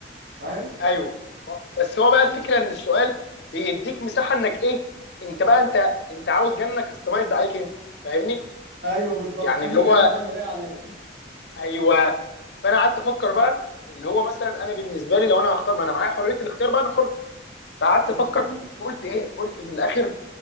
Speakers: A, on the right; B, on the left.
A: فاهم؟
B: ايوه ما- بس هو بقى الفكره
A: م.
B: ان السؤال بيديك مساحه انك ايه انت بقى انت انت عاوز جنك كاستمايزد عليك انت فاهمني
A: ايوه بالظبط
B: يعني
A: انهي
B: اللي هو
A: جنه بقى اللي لاقي عليا
B: ايوه فانا قعدت
A: اه
B: افكر بقى اللي هو مثلا انا بالنسبه لي لو انا هختار ما انا معايا حريه الاختيار بقى انا حر فقعدت
A: م-
B: افكر
A: م-
B: قلت ايه قلت من الاخر